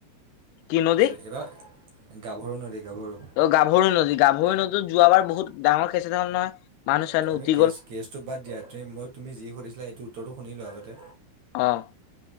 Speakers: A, on the left (about 85°); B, on the right (about 50°).
A: কি নদী
B: এই-এইবাৰ গাভৰু নদী গাভৰু।
A: অ', গাভৰি নদী গাভৰি নদীত যোৱা বাৰ বহুত ডাঙৰ কেচ এটা হ'ল নহয়। মানুহ চানুহ
B: তুমি
A: উটি
B: কেচ
A: গ'ল
B: কেছটো বাদ দিয়া তুমি মক তুমি যি সুধিছিলা সেইটো উত্তৰটো শুনিলোঁ আগতে।
A: অ'।